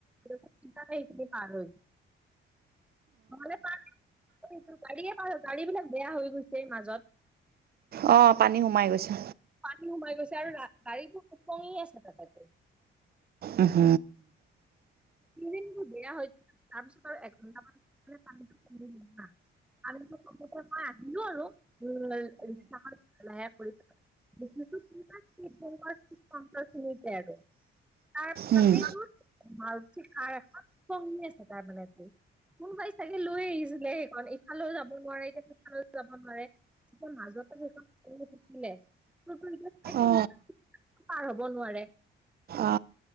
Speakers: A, in the centre; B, on the right.
A: ৰখি কিবাকে সেইখিনি পাৰ হ'ল। নহ'লে পাৰে <unintelligible> গাড়ীয়ে পাৰ গাড়ীবিলাক বেয়া হৈ গৈছে মাজত।
B: অ পানী সোমাই গৈছে।
A: পানী সোমাই গৈছে আৰু গাড়ীবোৰ উপঙি আছিলে তাতে।
B: উ হু।
A: ইঞ্জিনবোৰ বেয়া হৈ <unintelligible> তাৰপিছত আৰু এঘণ্টা মান মানে পানীটো কমিল <unintelligible> পানীটো কমিলে মই আহিলো আৰু ৰিক্সাখন <unintelligible> কৰি পেলাই। <unintelligible> আৰু তাৰ
B: উম
A: তাতেই তোৰ মাৰুটি কাৰ এখন উপঙি আছে তাৰমানে তোৰ। কোনোবাই চাগে লৈ আহিছিলে সেইখন ইফালেও যাব নোৱাৰে এতিয়া সেইফালেও যাব নোৱাৰে। কিবা মাজতে সেইখন উপঙি থাকিলে। <unintelligible>
B: অ
A: পাৰ হ'ব নোৱাৰে।
B: অ